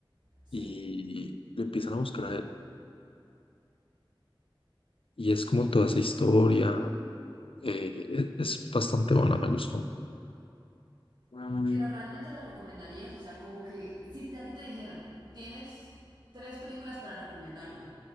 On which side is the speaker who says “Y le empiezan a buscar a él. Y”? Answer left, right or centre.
Left